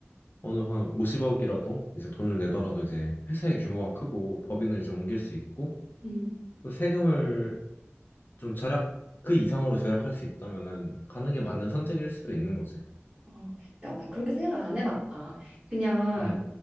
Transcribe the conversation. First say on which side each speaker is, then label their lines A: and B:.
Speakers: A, on the left (about 50°); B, on the right (about 25°).
A: 어느 한 50억이라도 이제 돈을 내더라도 이제 회사의 규모가 크고 법인을 이제 옮길 수 있고
B: 음,
A: 또 세금을 좀 절약 그 이상으로 절약할 수 있다면은 가는 게 맞는 선택일 수도 있는 거지.
B: 어, 그러니까 나 그렇게 생각을 안 해봤다. 그냥
A: 음,